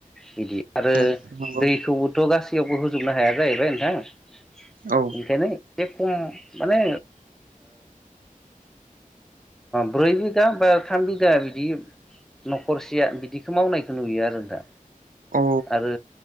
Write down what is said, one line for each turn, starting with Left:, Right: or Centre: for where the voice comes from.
Centre: बिदि आरो
Right: नंगौ
Centre: दैखौबोथ' गासैयावबो होजोबनो हाया जाहैबाय
Right: औ
Centre: <unintelligible> बेखायनो एसे खम माने ब्रै बिघा बा थाम बिघा बिदि न'खरसेया बिदिखौ मावनायखौ नुयो आरो दा।
Right: औ
Centre: आरो